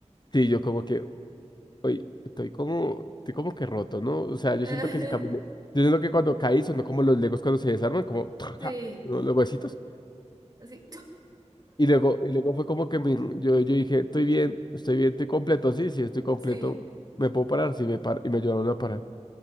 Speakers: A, on the left (about 35°); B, on the right (about 35°).
A: sí, yo como que, Hoy estoy como, estoy como que roto, ¿no? O sea, yo
B: <laughs>
A: siento que si caminé, yo siento que cuando caí sonó como los legos cuando se desarman, como <laughs>
B: Sí,
A: ¿no? los huesitos.
B: así. <tsk>
A: Y luego, y luego fue como que mi- yo, yo dije, estoy bien, estoy bien, estoy completo, sí, sí, estoy completo,
B: Sí,
A: me puedo parar, sí, me paro, y me ayudaron a parar.